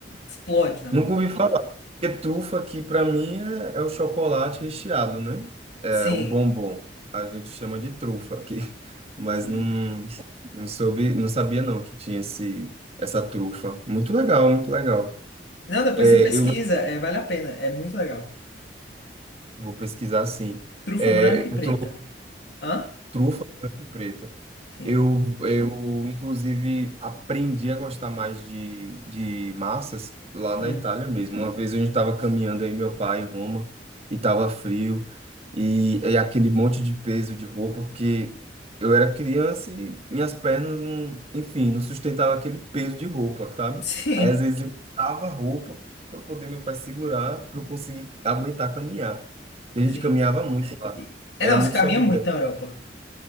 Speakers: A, on the left (about 75°); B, on the right (about 35°).
A: Explode na
B: Nunca
A: boca.
B: ouvi falar. Porque trufa aqui para mim é, é o chocolate recheado, né? É
A: Sim,
B: o bombom. A gente chama de trufa aqui. <laughs> Mas
A: sim.
B: não, não soube, não sabia não que tinha esse, essa trufa. Muito legal, muito legal.
A: Não, depois
B: É,
A: você pesquisa,
B: eu
A: é, vale a pena, é muito legal.
B: vou pesquisar sim.
A: Trufa
B: É,
A: branca e
B: eu
A: preta.
B: tô
A: Hã?
B: trufa branca e preta.
A: Sim.
B: Eu, eu, inclusive, aprendi a gostar mais de, de massas lá na
A: Hum.
B: Itália mesmo. Uma vez a gente estava caminhando aí, meu pai, em Roma, e estava frio, e, e aquele monte de peso de roupa, porque eu era criança e minhas pernas, não, enfim, não sustentava aquele peso de roupa, sabe?
A: <laughs> Sim,
B: Aí, às vezes, eu tava roupa para poder meu pai segurar, para eu conseguir aguentar caminhar. E A
A: sim.
B: gente caminhava muito lá.
A: E- É,
B: Era
A: não,
B: muito
A: você caminha
B: sobe
A: muito na Europa.